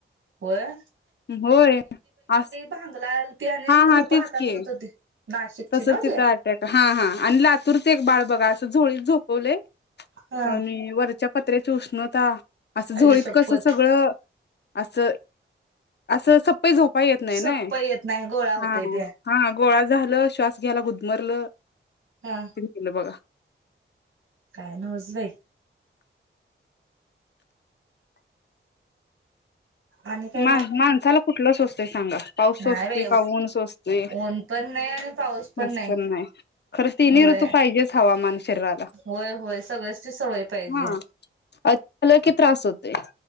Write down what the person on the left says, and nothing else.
होय अस
हा
हा तीच
की
तसच
इथ
अटॅक हा हा आणि लातूरच एक बाळ बघा झोळीत झोपवले
आणि वरच्या पत्र्याची उष्णता असं झोळीत
कस सगळं अस असं सपय झोपाय येत नाही नाय
हा
हं गोळा झालं श्वास घ्यायला गुदमरलं
तिन नेल बघा
मा
माणसाला कुठलं सोसतय सांगा पाऊस सोसतय
का ऊन सोसतय
<unintelligible> नाय
खर तिनही
ऋतू पाहिजेच हवामान शरीराला
हा <unintelligible> <unintelligible> कि त्रास होतय.